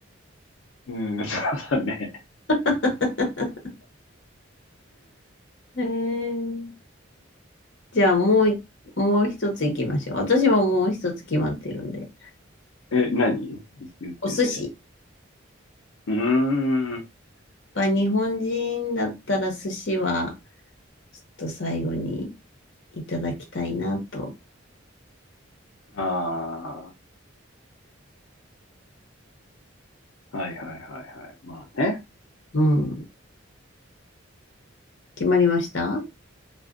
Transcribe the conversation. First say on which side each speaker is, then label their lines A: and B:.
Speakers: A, on the left; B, on the left.
A: うん、<laughs> そうだね。
B: <laughs> えー、じゃあ、もうい、もう一つ行きましょう。私はもう一つ決まってるんで。
A: え、何言ってて。
B: お寿司。
A: うーん。
B: まあ、日本人だったら寿司は、ちょっと最後にいただきたいなと。
A: ああ、はいはいはいはい。まあね。
B: うん。決まりました